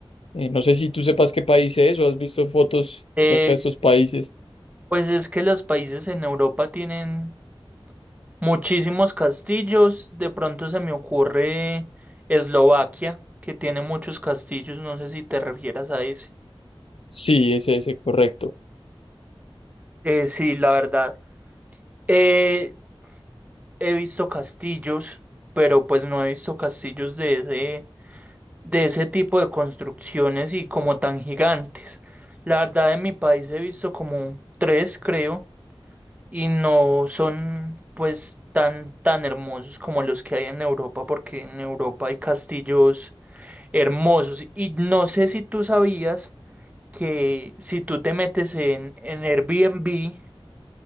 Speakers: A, on the left (about 80°); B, on the right (about 15°).
A: Eh, no sé si tú sepas qué país es o has visto fotos
B: Eh,
A: acerca de estos países.
B: pues es que los países en Europa tienen muchísimos castillos. De pronto se me ocurre Eslovaquia, que tiene muchos castillos. No sé si te refieras a ese.
A: Sí, es ese, correcto.
B: Eh, sí, la verdad. Eh, he visto castillos, pero pues no he visto castillos de ese, de ese tipo de construcciones y como tan gigantes. La verdad, en mi país he visto como tres, creo. y no son pues tan tan hermosos como los que hay en Europa, porque en Europa hay castillos hermosos y no sé si tú sabías que si tú te metes en, en Airbnb,